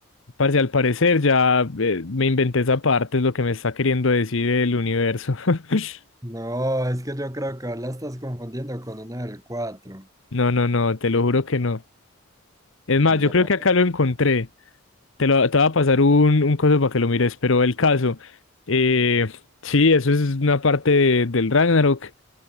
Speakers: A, on the left; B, on the right.
A: parce, al parecer ya eh, me inventé esa parte, es lo que me está queriendo decir el universo. <laughs>
B: No, es que yo creo que la estás confundiendo con una del 4.
A: No, no, no, te lo juro que no. Es más,
B: No,
A: yo creo que acá lo encontré. Te, lo, te voy a pasar un, un coso para que lo mires, pero el caso, eh, sí, eso es una parte de- del Ragnarok.